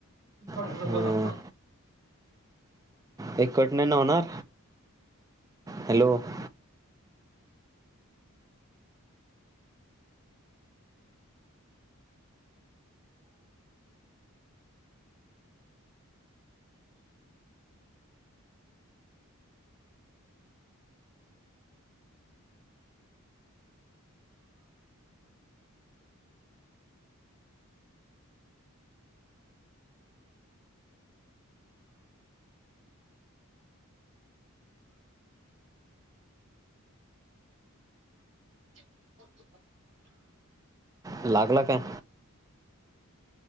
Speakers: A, on the right; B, on the right.
A: अस
B: हं.
A: पण लागत
B: एक कट नाही ना होणार? हॅलो <inaudible>
A: <unintelligible>
B: लागला काय?